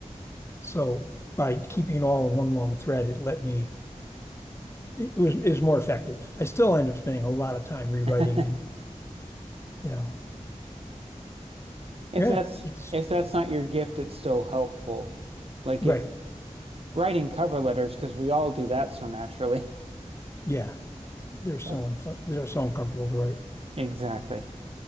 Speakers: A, on the left; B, on the right.
A: So by keeping it all in one long thread, it let me it was is more effective. I still end up spending a lot of time rewriting
B: <laughs>
A: and you know,
B: If
A: yeah,
B: that's
A: it's
B: if that's not your gift, it's still helpful. Like
A: right.
B: if writing cover letters, because we all do that so naturally.
A: Yeah. They're so
B: <laughs>
A: unfun they're so uncomfortable to write.
B: Exactly.